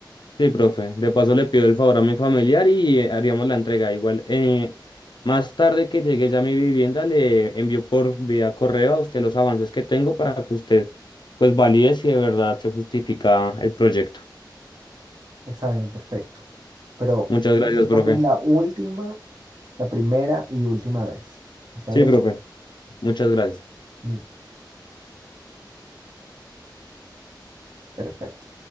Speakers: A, on the left; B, on the right.
A: Sí, profe. De paso le pido el favor a mi familiar y eh, haríamos la entrega. Igual, eh, más tarde que llegue ya a mi vivienda, le envío por vía correo a usted los avances que tengo para que usted pues valide si de verdad se justifica el proyecto.
B: Está bien, perfecto. Pero
A: Muchas
B: quiero
A: gracias,
B: que sepas
A: profe.
B: que es la última, la primera y última vez. ¿Está
A: Sí,
B: bien?
A: profe. Muchas gracias.
B: Mm, perfecto.